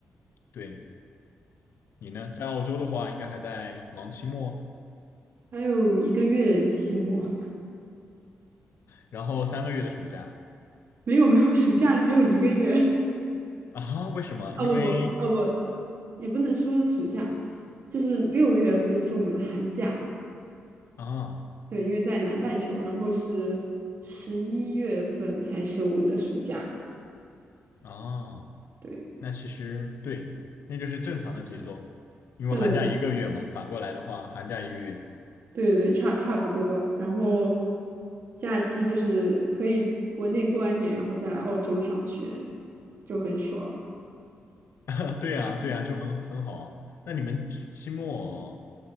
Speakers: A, on the left; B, on the right.
A: 对，你呢？在澳洲的话，应该还在忙期末，
B: 还有一个月期末，
A: 然后三个月的暑假
B: 没有没有，暑假只有一个月。
A: 啊？为什么？
B: <laughs> 哦不不哦不，
A: 因为
B: 也不能说暑假，就是六月份是我们的寒假，
A: 啊
B: 对，因为在南半球，然后是十一月份才是我们的暑假，
A: 啊。
B: 对。
A: 那其实对，那就是正常的节奏，因为寒假一个月嘛，
B: 对
A: 反过来的话，寒假一个月，
B: 对对对，差差不多。然后假期就是可以国内过完年，然后再来澳洲上学，就很爽。
A: <laughs> 对呀，对呀，就很很好啊。那你们期末